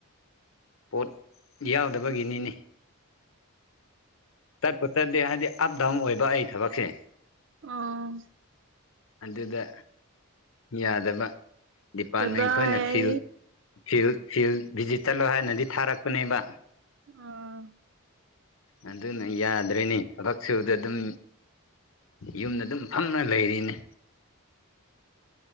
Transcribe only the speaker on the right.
ꯑꯣ
ꯀꯗꯥꯏ
ꯑꯥ